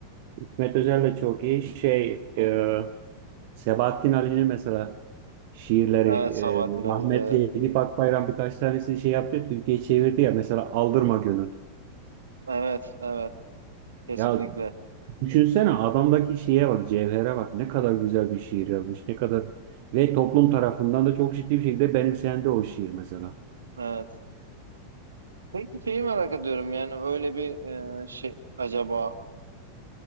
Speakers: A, on the right (about 50°); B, on the right (about 75°).
A: İsmet Özel de çok iyi. Şey,
B: Hı
A: e,
B: hı.
A: Sebahattin Ali'nin mesela Şiirleri
B: Evet Sabahattin
A: e, rahmetli
B: Ali de.
A: Edip Akbayram birkaç tanesi şey yaptı. Türkiye'ye çevirdi ya mesela Aldırma Gönül.
B: Evet, evet. Kesinlikle.
A: Ya düşünsene adamdaki şeye bak, cevhere bak. Ne kadar güzel bir şiir yazmış. Ne kadar ve toplum tarafından da çok ciddi bir şekilde benimsendi o şiir mesela.
B: Evet. Peki şeyi merak ediyorum. Yani öyle bir e, şey acaba